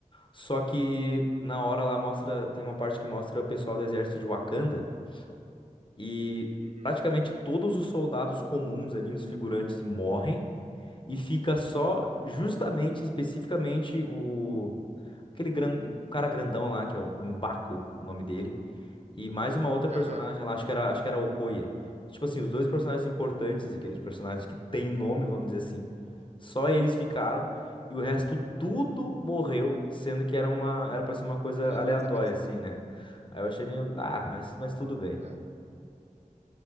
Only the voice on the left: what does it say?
Só que na hora lá mostra, tem uma parte que mostra o pessoal do exército de Wakanda. E
praticamente todos os soldados comuns ali, os figurantes, morrem e fica só justamente, especificamente, o aquele gran... o cara grandão lá, que é o M'Baku, o nome dele, e mais uma outra personagem
lá, acho que era, acho que era a Okoye. Tipo assim, os dois personagens importantes, aqueles personagens que têm nome, vamos dizer assim, só eles ficaram e o resto tudo morreu, sendo que era uma era para ser uma coisa
aleatória
assim, né? Aí eu achei meio, ah, mas mas tudo bem.